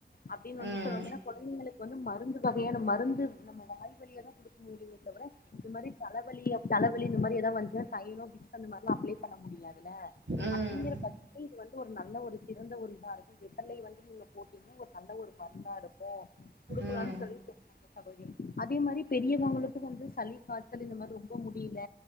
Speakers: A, on the left (about 55°); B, on the right (about 80°).
A: அப்பிடின் வந்து
B: ம்
A: சொல்லுவாங்க கொழந்தைகளுக் வந்து மருந்து வகையான மருந்து நம்ம வாய் வழியாதா குடுக்க முடியு ட்டப்ர இது மாரி தலவலிய தலவலி இந்த மாரி எத வஞ்சினா தைலோ விக்ஸ் அந்த மாரிலா அப்லே பண்ண முடியாதுல்ல
B: ம்
A: அப்பிடிங்கற பத்து இது வந்து ஒரு நல்ல ஒரு சிட் இருந்த ஒரு இதா இருக்கு வெப்பலை வந்து நீங்க போட்டிங்கன் நல்ல ஒரு மருந்தா இருக்கு குடுக்கலாம்னு
B: ம்
A: சொல்லி சொன்னாங்க அதுமே அதே மாரி பெரியவங்களுக்கு வந்து சளி காய்சல் இந்த மாரி ரொம்போ முடியல